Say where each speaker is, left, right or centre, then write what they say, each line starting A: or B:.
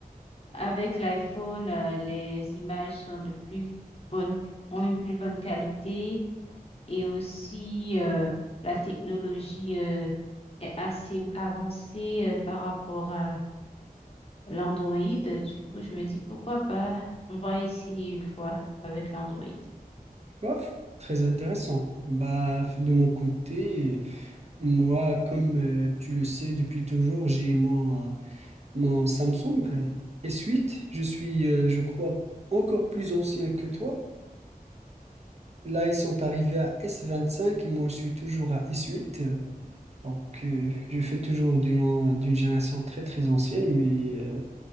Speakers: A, on the left (about 40°); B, on the right (about 45°).
A: avec l'iPhone, euh, les images sont de plus bonnes, ont une plus bonne qualité. Et aussi, euh, la technologie euh, est assez avancée euh, par rapport à l'Android. Du coup, je me dis, pourquoi pas? On va essayer une fois avec l'Android.
B: bof, très intéressant. Bah, de mon côté, moi, comme euh, tu le sais depuis toujours, j'ai mon, euh, mon Samsung S8. Je suis, euh, je crois, encore plus ancien que toi. Là, ils sont arrivés à S25 et moi, je suis toujours à S8. euh, Donc, euh, je fais toujours d'une an- d'une génération très, très ancienne, mais euh,